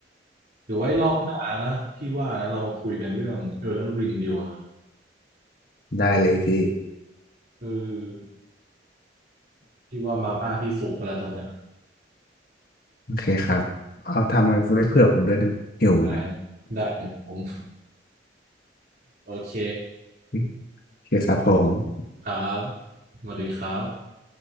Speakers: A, on the right; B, on the left.
A: เดี๋ยวไว้รอบหน้านะพี่ว่านะเรามาคุยกันเรื่อง Elden Ring ดีกว่า
B: ได้เลยพี่
A: เออพี่ว่ามาม่าพี่สุกกันแล้วตอนเนี้ย
B: โอเคครับเอาทำไว้เผื่อผมด้วยนะหิวเหมือนกัน
A: ได้ได้เลยผม โอเค
B: <laughs> โอเคครับผม
A: ครับสวัสดีครับ